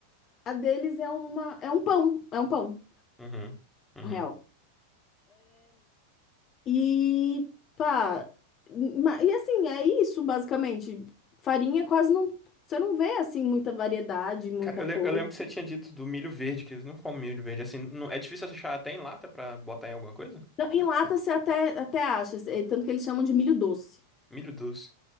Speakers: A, on the left; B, in the centre.
A: A deles é uma. É um pão. É um pão,
B: Uhum. Uhum.
A: na real. E pá, ma- e assim, é isso basicamente. Farinha quase não, você não vê assim muita variedade, muita
B: Cara, eu, le-
A: coisa.
B: eu lembro que você tinha dito do milho verde, que eles não comem milho verde assim. não- É difícil achar até em lata pra botar em alguma coisa?
A: Não, em lata você até, até acha, é, tanto que eles chamam de milho doce.
B: Milho doce.